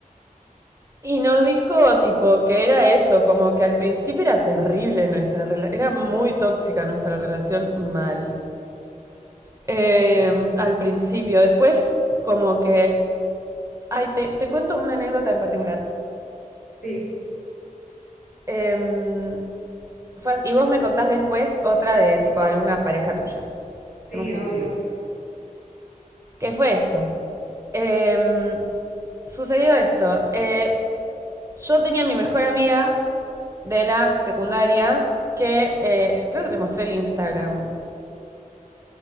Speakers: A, on the right (about 20°); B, on the left (about 65°).
A: y nos dijo tipo que era eso, como que al principio era terrible nuestra relación, era muy tóxica nuestra relación mal.
B: Wow,
A: Eh,
B: wow, wow.
A: al principio, después como que Ay, te, te cuento una anécdota en particular.
B: Sí,
A: Em, fue- y vos me contás después otra de tipo alguna pareja tuya.
B: sí,
A: Hacemos meeting.
B: obvio, obvio.
A: ¿Qué fue esto? Em, sucedió esto. Eh, yo tenía mi mejor amiga de la secundaria que eh, creo que te mostré el Instagram.